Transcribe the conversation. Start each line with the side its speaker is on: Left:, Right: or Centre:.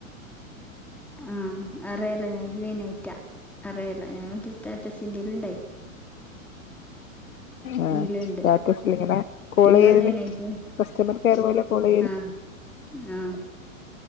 Centre: ആഹ് അറെല ഞാൻ ജോയിനയിറ്റാ അറെലാ ഞാൻ മറ്റേ സ്റ്റാറ്റസിന്റെല്ണ്ടായി.
Left: ആഹ്
Centre: ഈലുണ്ട്
Left: സ്റ്റാറ്റസ് ലിങ്ങനെ കോളെയ്യല്
Centre: നിങ്ങൾ ജോയിൻ ആയിട്ട്
Left: കസ്റ്റമർ കെയർ പോലെ കോളയ്യല്
Centre: ആഹ് ആഹ്